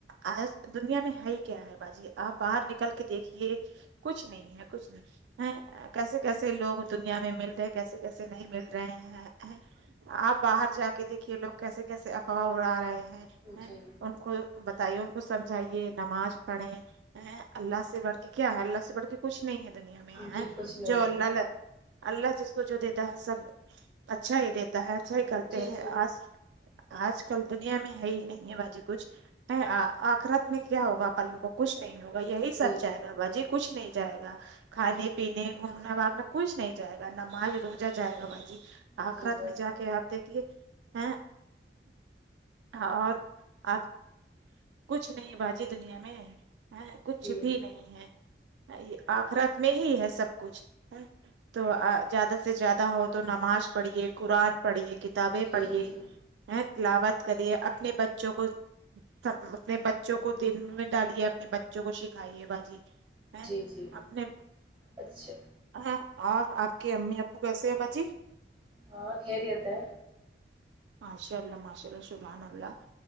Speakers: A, on the right (about 80°); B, on the right (about 30°).
A: آج دنیا میں ہے ہی کیا ہے باجی آپ باہر نکل کے دیکھیے کچھ نہیں ہے کچھ نہیں ہیں کیسے کیسے لوگ دنیا میں مل رہے کیسے کیسے نہیں مل رہے ہیں ہں آپ باہر جا کے دیکھیے لوگ کیسے کیسے افواہ اڑا رہے ہیں
B: جی
A: ان کو ب تائی ان کو سمجھائیے نماز پڑھے ا اللہ سے بڑھ کے کیا ہے اللہ سے بڑھ کے کچھ نہیں ہے دنیا میں
B: جی
A: ہے
B: کچھ نہیں
A: جو اللہ
B: ہے
A: لا اللہ جس کو جو دیتا ہے سب اچھا ہی دے تا ہے اچھا ہی کرتے
B: جی
A: ہیں
B: جی
A: آج آج کل دنیا میں ہے ہی نہیں ہے باجی کچھ ا آخرت میں کیا ہوگا اپن لوگوں کو کچھ نہیں ہوگا یہی سچ
B: جی
A: ہے
B: جی
A: نہ باجی کچھ نہیں جائے گا کھانے
B: جی
A: پینے گھومنا واگنا کچھ نہیں جائے گا نماز روزہ جائے گا باجی آخرت
B: جی بس
A: میں جا کے آپ دیکھیے ا اور آپ کچھ نہیں باجی دنیا میں ہے کچھ
B: جی
A: بھی نہیں ہے یہ آخرات میں ہی ہے سب کچھ تو زیادہ سے زیادہ ہو تو نماز پڑھیے قرآن پڑھیے کت ابیں
B: جی
A: پڑھیے
B: جی
A: ا تلاوت کریے اپنے بچوں کو اپنے بچوں کو دل میں ڈالیے اپنے بچوں کو سکھائیے باجی ہے
B: جی جی
A: اپنے
B: اچھا
A: ہاں اور آپ کے امی ابو کیسے ہیں باچی
B: ہاں خیریت ہے
A: ماشاء اللہ ماشاء اللہ شبحان اللہ
B: جی جی